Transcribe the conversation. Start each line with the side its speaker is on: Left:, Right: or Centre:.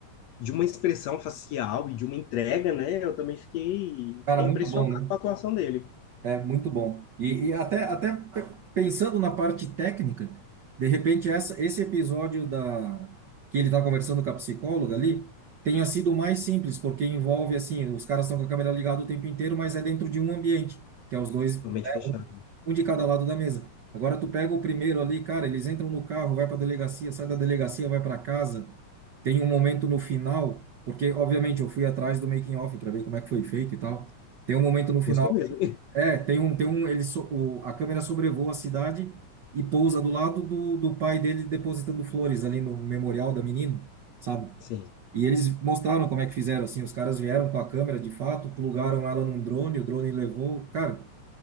Left: de uma expressão facial e de uma entrega, né? Eu também fiquei,
Right: Cara,
Left: fiquei
Right: muito
Left: impressionado
Right: bom, né?
Left: com a atuação dele.
Right: É muito bom. E, e até, até pe- pensando na parte técnica, de repente essa, esse episódio da que ele está conversando com a psicóloga ali tenha sido mais simples, porque envolve assim, os caras estão com a câmera ligada o tempo inteiro, mas é dentro de um ambiente, que é os dois,
Left: Realmente fechado.
Right: um de cada lado da mesa. Agora tu pega o primeiro ali, cara, eles entram no carro, vai para a delegacia, sai da delegacia, vai para casa. Tem um momento no final, porque obviamente eu fui atrás do making of para ver como é que foi feito e tal. Tem um momento no final
Left: Gostou mesmo.
Right: é, tem um, tem um, ele so- o- a câmera sobrevoa a cidade e pousa do lado do, do pai dele depositando flores ali no memorial da menina, sabe?
Left: Sim.
Right: E eles mostraram como é que fizeram, assim, os caras vieram com a câmera, de fato, plugaram ela num drone, o drone levou, cara,